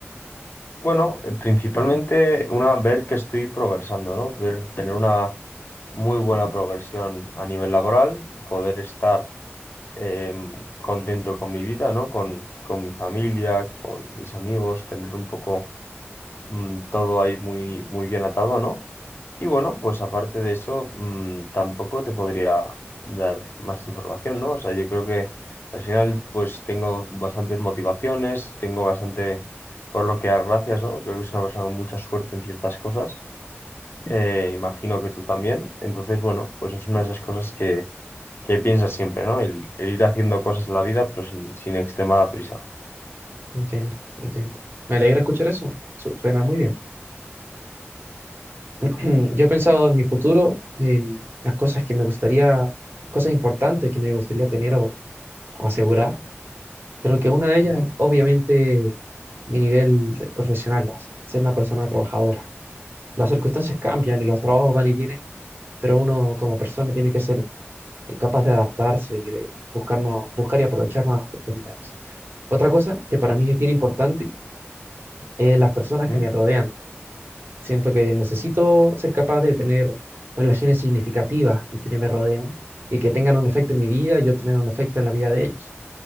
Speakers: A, on the left; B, on the right.
A: Bueno, eh, principalmente una, ver que estoy progresando, ¿no? Ver, tener una muy buena progresión a nivel laboral, poder estar em, contento con mi vida, ¿no? Con, con mi familia, con mis amigos, tener un poco mm, todo ahí muy, muy bien atado, ¿no? Y bueno, pues aparte de eso, mm, tampoco te podría dar más información, ¿no? O sea, yo creo que al final, pues tengo bastantes motivaciones, tengo bastante por lo que dar gracias, ¿no? Creo que soy una persona con mucha suerte en ciertas cosas. Eh, imagino que tú también. Entonces, bueno, pues es una de esas cosas que, que piensas siempre, ¿no? El, el ir haciendo cosas en la vida, pero sin, sin extremada prisa.
B: Entiendo, entiendo. Me alegra escuchar eso. Su- Suena muy bien. <clears throat> Yo he pensado en mi futuro, en las cosas que me gustaría, cosas importantes que me gustaría tener o, o asegurar. Creo que una de
A: Ujú.
B: ellas es obviamente mi nivel de- profesional, as- ser una persona trabajadora. Las circunstancias cambian y los trabajos van y vienen, pero uno como persona tiene que ser eh, capaz de adaptarse y de buscar, no- buscar y aprovechar nuevas oportunidades. Otra cosa que para mí es bien importante es las personas
A: ¿Mm?
B: que me rodean. Siento que necesito ser capaz de tener relaciones significativas con quienes me rodean y que tengan un efecto en mi vida y yo tener un efecto en la vida de ellos.